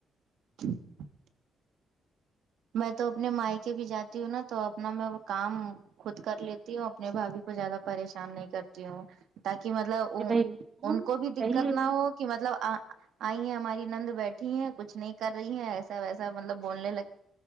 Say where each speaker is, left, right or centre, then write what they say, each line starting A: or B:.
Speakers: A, on the right; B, on the right.
A: <inaudible> میں تو اپنے مائی کے بھی جاتی ہوں نا تو اپنا میں وہ کام خود کر لیتی ہوں اپنے بھابھی کو زیادہ پریشان نہیں کرتی ہوں تاکہ مطلب
B: بھائی ہاں
A: ان کو بھی
B: صحیح
A: دقت
B: ہے
A: نہ ہو کہ مطلب آئی ہیں ہماری نند بیٹھی ہے کچھ نہیں کر رہی ہے ایسا ویسا مطلب بولنے لگ